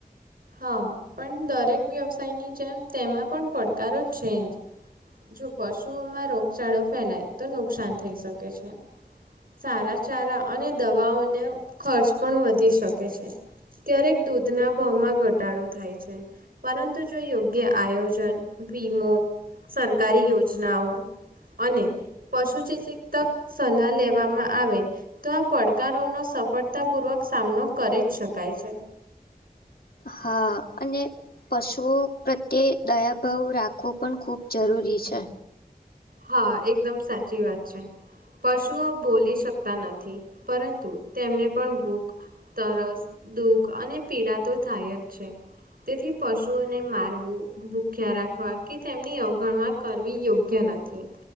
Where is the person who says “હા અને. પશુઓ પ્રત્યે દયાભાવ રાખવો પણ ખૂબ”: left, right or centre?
Left